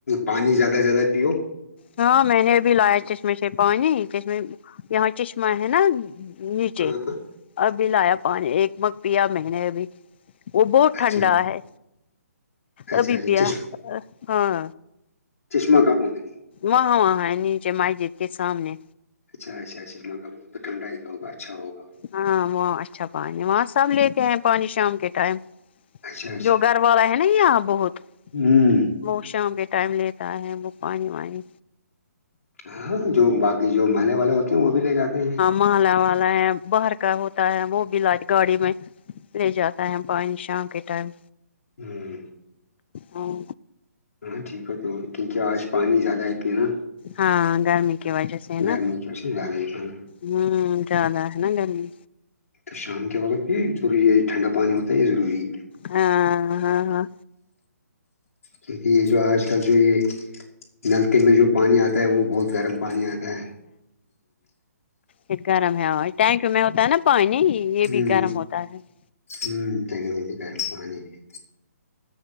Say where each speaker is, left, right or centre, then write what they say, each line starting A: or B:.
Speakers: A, on the left; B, on the left.
A: پانی زیادہ سے زیادہ پیو
B: ہاں میں نے ابھی لایا چشمے سے پانی چشم یہاں چشمہ ہے نا نیچے
A: ہاں
B: ابھی لایا پانی ایک مگ پیا میں نے ابھی وہ بہت ٹھنڈا
A: اچھا
B: ہے
A: اچھا
B: ابھی
A: اچھا
B: پیا ہاں
A: چشمہ کاپوں گے
B: وہاں وہاں ہے نیچے مائکے کے سامنے
A: اچھا اچھا تو ٹھنڈا ہی ہوگا اچھا ہوگا
B: ہاں وہاں اچھا پانی وہاں سب لیتے ہیں پانی شام کے ٹائم
A: اچھا اچھا
B: جو گھر والا ہے نا یہاں بہت
A: ہوں
B: وہ شام کے ٹائم لیتا ہے وہ پانی وانی
A: ہاں جو باقی جو محلے والے ہوتے ہیں وہ بھی لے جاتے ہیں
B: مالا والا ہے باہر کا ہوتا ہے وہ بھی علاج گاڑی میں لے جاتا ہے پانی شام کے ٹائم
A: ہمم
B: ہاں
A: ہاں ٹھیک ہے تو کیونکہ آج پانی زیادہ پینا
B: ہاں گرمی کی وجہ سے نا
A: گرمی کی وجہ سے زیادہ ہی پینا
B: ہوں زیاد ہے نا گرمی
A: تو شام کے وقت بھی تھوڑی یہ ہے ٹھنڈا پانی ہوتا ہے یہ ضروری
B: ہاں ہاں ہاں
A: کیونکہ یہ جو آج کل جو یہ نل کے میں جو پانی آتا ہے وہ بہت گرم پانی آتا ہے
B: یہ گرم ہے اور ٹینک میں ہوتا ہے نا پانی یہ
A: ہوں
B: بھی گرم ہوتا ہے <inaudible>
A: ہوں گرم پانی ہے،